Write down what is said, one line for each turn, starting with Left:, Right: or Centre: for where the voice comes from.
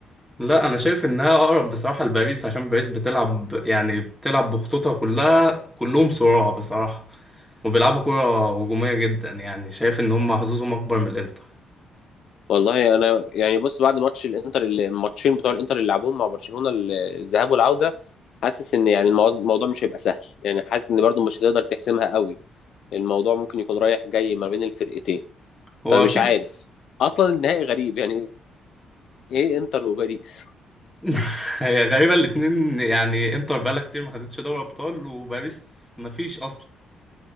Centre: لا انا شايف انها اقرب بصراحه لباريس عشان باريس بتلعب يعني بتلعب بخطوطها كلها كلهم صراع بصراحه وبيلعبوا كرة هجومية جدا يعني شايف ان هم حظوظهم اكبر من الانتر
Left: والله انا يعني بص بعد ماتش الانتر اللي- الماتشين بتوع الانتر اللي لعبوهم مع برشلونه ال- الذهاب والعوده حاسس ان يعني المو- الموضوع مش هيبقى سهل يعني حاسس ان برضو مش هتقدر تحسمها قوي الموضوع ممكن يكون رايح جاي ما بين الفرقتين
Centre: هو
Left: فمش
Centre: اكيد
Left: عارف اصلا النهائي غريب يعني ايه انتر وباريس
Centre: <laughs> هي غريبة الاتنين يعني انتر بقالها كتير ما خدتش دوري ابطال وباريس ما فيش اصلا